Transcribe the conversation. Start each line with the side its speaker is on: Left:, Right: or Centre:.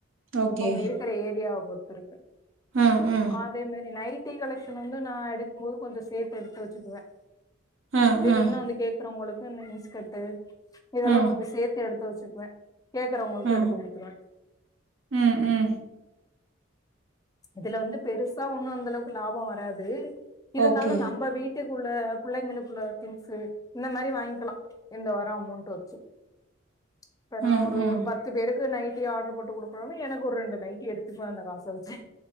Right: ஓகே.
Left: அவங்க இருக் இருக்க ஏரியாவ பொறுத்து இருக்கு
Right: அ, அ,
Left: அதே மாரி நைட் ட்டி கலெக்ஷன் வந்து நா எடுக்கும்போது கொஞ்சம் சேத்து எடுத்து வச்சுக்குவேன்
Right: அ,
Left: திடீர்னு
Right: அ,
Left: வந்து கேக் அப்புறம் அவுங்களுக்கு இந்த இன்ஸ்கர்ட் இதெல்லாம்
Right: அ,
Left: கொஞ்சம் சேத்து எடுத்து வச்சுக்குவேன் கேக்குறவுங்களுக்கு
Right: அ,
Left: எடுத்து குடுத்துருவேன்
Right: ம் ம்
Left: இதுல வந்து பெருசா ஒண்ணும் அந்த அளவுக்கு லாபம் வராது இருந்தாலும்
Right: ஓகே.
Left: நம்ம வீட் வீட்டுக்குள்ள பிள்ளைங்களுக்குள்ள திங்ஸ்ஸு இந்த மாதிரி வாங்கிக்கலாம் இந்த வாரம் அமொண்ட் வச்சு
Right: <unintelligible>
Left: இப்ப நா
Right: ம்,
Left: ஒரு
Right: ம்.
Left: ஒரு பத்து பேருக்கு நைட் ட்டி ஆர்டர் போட்டு குடுக்குறோம்னா எனக்கு ஒரு ரெண்டு நைட்டி எடுத்துக்கலாம் அந்த காச வச்சு